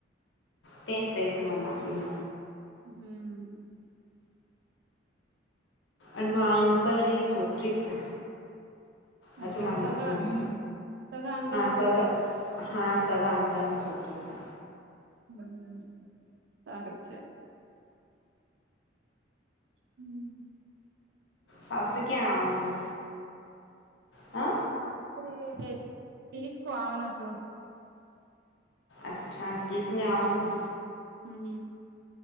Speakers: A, on the left; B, on the right.
A: તે જ રહેશે માંર માસીનું
B: હમ
A: અનમા અંકલ ની છોકરી છે. અ
B: અચ્છા
A: ત મારા
B: સગા
A: માશી
B: સગા અંકલની
A: હા સગા
B: છોકરી
A: હા સગા અંકલના છોકરી છે.
B: હમ સારું છે. હમ
A: સાસરે ક્યાં આવનું? અ
B: સાસરે તીસકો આવનો છો.
A: અચ્છા કિસને આવાનું.
B: હમ